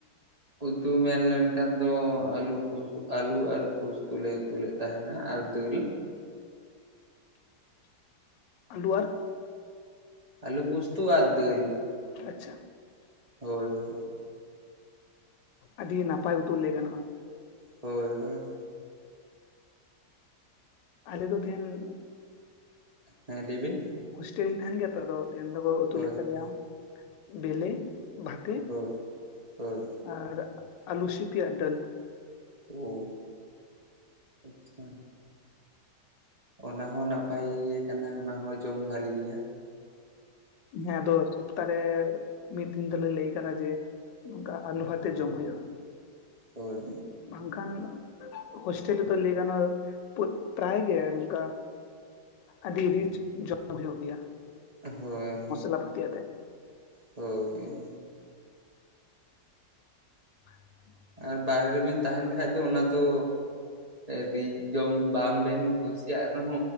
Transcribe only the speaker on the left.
<unintelligible> ᱟᱞᱩ ᱟᱨ
ᱟᱪᱷᱟ
ᱟᱹᱰᱤ ᱱᱟᱯᱟᱭ ᱩᱛᱩ ᱞᱟᱹᱭ ᱜᱟᱱᱚᱜᱼᱟ
ᱟᱞᱮ ᱫᱚ ᱛᱮᱦᱮᱧ
ᱦᱳᱥᱴᱮᱞ ᱨᱤᱧ ᱛᱟᱦᱮᱱ ᱜᱮᱭᱟ ᱛᱚ ᱟᱫᱚ ᱛᱮᱦᱮᱧ ᱫᱚᱠᱚ ᱩᱛᱩ
ᱞᱮᱫ ᱛᱟᱞᱮᱭᱟ
ᱵᱮᱞᱮ ᱵᱷᱟᱛᱮ
ᱟᱨ ᱟᱞᱩ ᱥᱤᱯᱤ ᱟᱨ ᱰᱟᱹᱞ
ᱦᱮᱸ ᱟᱫᱚ ᱥᱚᱯᱛᱟᱦᱮ ᱢᱤᱫ ᱫᱤᱱ ᱫᱚᱞᱮ ᱞᱟᱹᱭ ᱟᱠᱟᱫᱟ ᱡᱮ ᱱᱚᱝᱠᱟ ᱟᱹᱞᱩ ᱵᱟᱨᱭᱟ. ᱡᱚᱢ ᱦᱩᱭᱩᱜᱼᱟ
ᱵᱟᱝᱠᱷᱟᱱ ᱦᱥᱴᱮᱞ ᱨᱮᱛᱚ ᱞᱟ. ᱭ ᱜᱟᱱᱚᱜ ᱯᱨᱟᱭ ᱜᱮ ᱱᱚᱝᱠᱟ ᱟᱹᱰᱤ ᱨᱤᱡ ᱡᱚᱢ ᱦᱩᱭᱩᱜ ᱜᱮᱭᱟ
ᱵᱟᱭ ᱯᱟᱛᱤᱭᱟ. ᱜ ᱛᱮ
<inaudible>